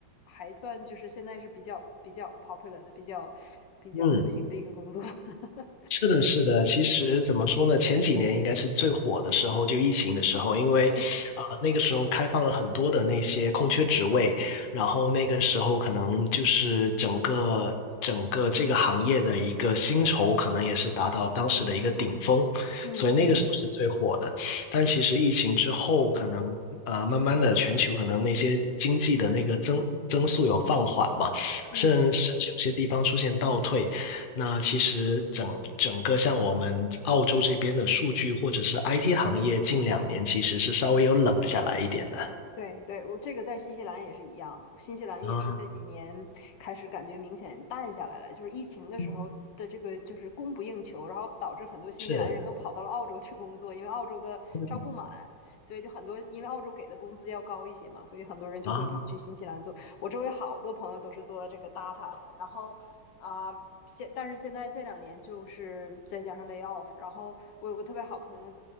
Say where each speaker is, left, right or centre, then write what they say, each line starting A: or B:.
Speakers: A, on the left (about 65°); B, on the left (about 80°).
A: 还算就是现在是比较比较 popular 的、比较比较流行的一个工作。
B: 嗯。
A: <laughs>
B: 是的，是的。其实怎么说呢？前几年应该是最火的时候，就疫情的时候，因为啊、
A: 嗯
B: 呃那个时候开放了很多的那些空缺职位，然后那个时候可能就是整个整个这个行业的一个薪酬可能也是达到当时的一个顶峰，
A: 嗯嗯
B: 所以那个时候是最火的。但其实疫情之后，可能呃慢慢的全球可能那些经济的那个增增速有放缓嘛，
A: 嗯，
B: 甚甚至有些地方出现倒退。那其实整整个像我们澳洲这边的数据或者是 IT 行业，近两年其实是稍微有冷下来一点的。
A: 对对，我这个在新西兰也是一样的。新西兰也是这几年开始感觉明显淡下来了，
B: 啊，
A: 就是疫情的时候的这个就是供不应求，
B: 嗯
A: 然后导致很多新西兰人都跑到了澳洲去工作，
B: 是，
A: 因为澳洲的招不满，
B: 嗯
A: 所以就很多因为澳洲给的工资要高一些嘛，所以很多人就会跑去新西兰做。
B: 啊，
A: 我周围好多朋友都是做这个 data 的，然后啊。呃现但是现在这两年就是再加上 lay off，然后我有个特别好朋友，